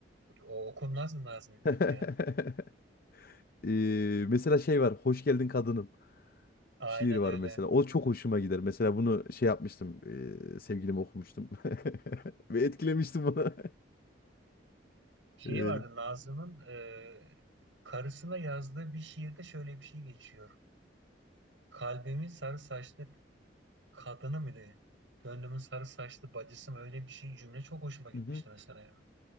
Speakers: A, on the right; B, on the left.
A: O okunmaz mı Nazım Hikmet
B: <laughs>
A: ya?
B: Eee, mesela şey var. Hoş geldin kadınım.
A: Aynen
B: Şiir var
A: öyle.
B: mesela. O çok hoşuma gider. Mesela bunu şey yapmıştım. Eee sevgilime okumuştum. <laughs> Ve etkilemiştim bunu. <laughs>
A: Şeyi
B: Ee,
A: vardı Nazım'ın e, karısına yazdığı bir şiirde şöyle bir şey geçiyor. Kalbimin sarı saçlı Kadını mıydı? Gönlümün sarı saçlı bacısı mı? Öyle bir şey cümle çok hoşuma gitmişti
B: Hı hı.
A: mesela ya.